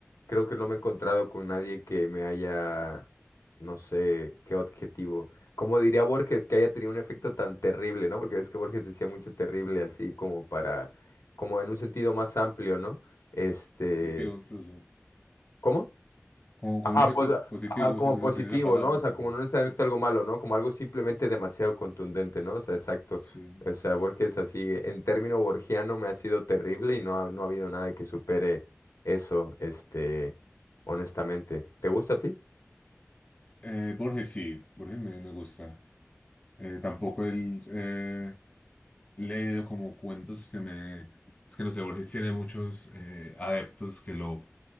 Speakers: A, on the left; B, on the left.
A: creo que no me he encontrado con nadie que me haya, no sé, qué objetivo. Como diría Borges, que haya tenido un efecto tan terrible, ¿no? Porque ves que Borges decía mucho terrible así, como para, como en un sentido más amplio, ¿no? Este,
B: Positivo incluso.
A: ¿cómo?
B: Como, como
A: Ajá,
B: un efecto
A: pues,
B: positivo,
A: ajá, como
B: se,
A: positivo,
B: se utiliza esa palabra
A: ¿no? O sea,
B: como...
A: como no necesariamente algo malo, ¿no? Como algo simplemente demasiado contundente, ¿no? O sea, exacto.
B: Sí.
A: O sea, Borges así, en término borgiano me ha sido terrible y no ha, no ha habido nada que supere eso, este, honestamente. ¿Te gusta a ti?
B: Eh, Borges sí, Borges me, me gusta. Eh, tampoco él eh, leído como cuentos que me... Es que no sé, Borges tiene muchos eh, adeptos que lo,